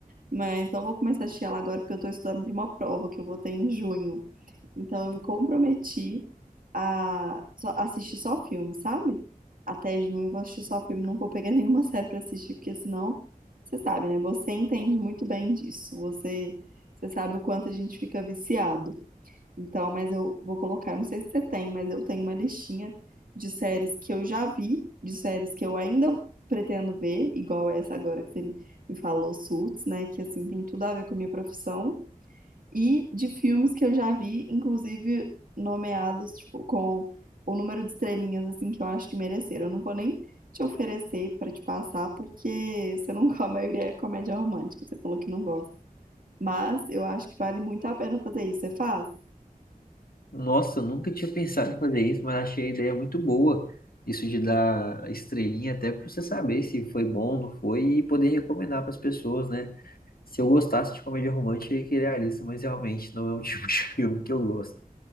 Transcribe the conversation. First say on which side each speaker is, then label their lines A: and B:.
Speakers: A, on the right; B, on the left.
A: Mas não vou começar a assistir ela agora porque eu tô estudando pra uma prova que eu vou ter em junho. Então eu me comprometi a só- assistir só filme, sabe? Até junho eu vou assistir só filme, não vou pegar <laughs> nenhuma série pra assistir, porque senão, você sabe, né? Você entende muito bem disso. Você, você sabe o quanto a gente fica viciado. Então, mas eu vou colocar, não sei se você tem, mas eu tenho uma listinha de séries que eu já vi, de séries que eu ainda pretendo ver, igual essa agora que você me falou, Suits, né? Que assim tem tudo a ver com a minha profissão e de filmes que eu já vi, inclusive nomeados, tipo, com o número de estrelinhas, assim, que eu acho que mereceram. Eu não vou nem te oferecer pra te passar, porque você não, <laughs> a maioria é comédia romântica, você falou que não gosta. Mas eu acho que vale muito a pena fazer isso. Você faz?
B: Nossa, eu nunca tinha pensado em fazer isso, mas achei a ideia muito boa. Isso de dar estrelinha até pra você saber se foi bom, não foi, e poder recomendar para as pessoas, né? Se eu gostasse de comédia romântica, eu ia querer a lista, mas realmente não é um <laughs> tipo de filme que eu gosto.